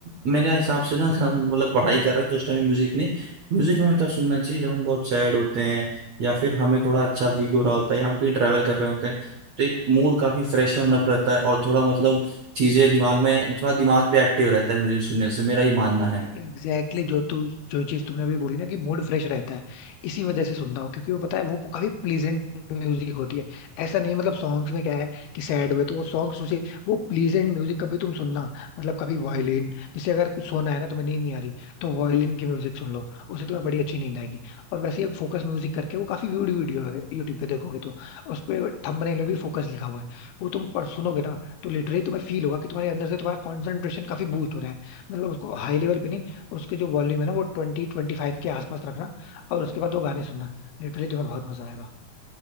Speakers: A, on the right; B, on the left.
A: मेरे हिसाब से ना हम मतलब पढ़ाई कर रहे हैं तो उस टाइम म्यूजिक नहीं म्यूजिक हमें तब सुनना चाहिए जब हम बहुत सैड होते हैं या फिर हमें थोड़ा अच्छा फील हो रहा होता है या हम कहीं ट्रैवल कर रहे होते हैं तो एक मूड काफी फ्रेश होना रहता है और थोड़ा मतलब चीजें दिमाग में थोड़ा दिमाग भी एक्टिव रहता है म्यूजिक सुनने से मेरा ये मानना है
B: Exactly exactly जो तू जो चीज तुमने अभी बोली ना कि मूड फ्रेश रहता है इसी वजह से सुनता हूँ क्योंकि वो पता है वो काफी प्लीजेंट म्यूजिक होती है ऐसा नहीं मतलब सॉन्ग्स में क्या है कि सैड हुए तो वो सॉन्ग्स उसे वो प्लीजेंट म्यूजिक कभी तुम सुनना मतलब कभी वायलिन जैसे अगर कुछ सोना है ना तुम्हें नींद नहीं आ रही तो वायलिन की म्यूजिक सुन लो उसे तुम्हें बड़ी अच्छी नींद आएगी और वैसे ही एक फोकस म्यूजिक करके वो काफी वीडियो वीडियो है यूट्यूब पे देखोगे तो उस पर थंबनेल में भी फोकस लिखा हुआ है वो तुम पर सुनोगे ना तो लिटरली तुम्हें फील होगा कि तुम्हारे अंदर से तुम्हारा कॉन्सेंट्रेशन काफी बूस्ट हो रहा है मतलब उसको हाई लेवल पे नहीं उसके जो वॉल्यूम है ना वो ट्वेंटी ट्वेंटी फाइव के आसपास रखना और उसके बाद वो गाने सुनना लिटरली तुम्हें बहुत मजा आएगा